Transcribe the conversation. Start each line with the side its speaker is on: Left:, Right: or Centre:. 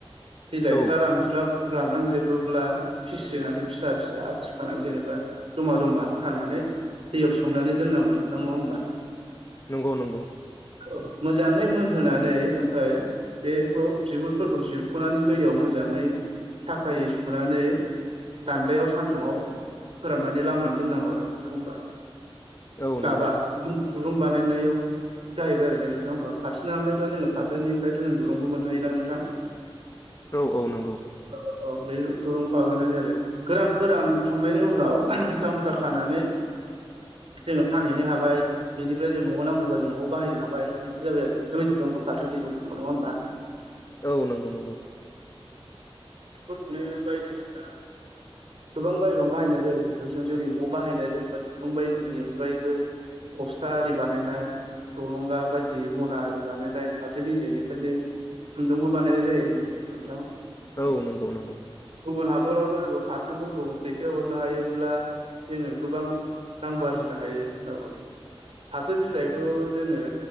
Right: बिलाइफ्रा
Left: औ
Right: रानज्लाब रानलांजोबोब्ला फिस्रिनानै फिसा फिसा आथिखानानै जेनेबा जमा जमा खानानै दैयाव सोमनानै दोननांगौ नोंथां नङा होमबा
Left: नंगौ नंगौ
Right: औ मोजाङै मोनहोनानै ओमफफ्राय बेखौ बिगुरफोरखौ जिरख'नानै दैयाव मोजाङै साफायै सुनानै दान्दायाव सान्दुंआव फोराननानै लामनानै दोननांगौ आरो नोंथां होनबा।
Left: औ
Right: माबा
Left: नंगौ
Right: दुं दुरुं बानायनायाव जाहैबाय आरो बे नोंथां होमबा फारथिनिफ्रायथ' जोङो फाथोनिफ्रायथ' जों दुरुंबो मोननो हायोना नोंथां। <inaudible>
Left: औ-औ नंगौ
Right: औ औ बे दुरुं फाबानै आरो गोरान फोरान खांनायनि उनाव मुथा मुथा खानानै जोङो फानहैनो हाबाय बेनिफ्राय जों न'आव नांगौब जों न'आव बाहायनो हाबाय बिदि जाबाय आरो नोंथांनि दुरुंखौ फाथोनि दिरुंखौ नङा होमबा
Left: औ नंगौ नंगौ
Right: <inaudible> बायदिसिना गोबां जायगायावनो बाहायनाय जायो जेनेबा जों जोंनि न'आव बाहायनाय जेनेबा दुरुं बायदिनि अनगायैबो बस्था आरि बानायनाय जलंगा बायदि मना आरि बानायलाय फाथो बेजे जेनायफोरनि खुन्दुंबो बानायनाय जायो नोंथां
Left: औ नंगौ नंगौ
Right: गुबुन हादरावथ' जेनेबा फाथोफोरखौ दैथायहरनो हायोब्ला जोङो गोबां रां आरजिनो हायो औ फाथो बिलाइखौ जोङो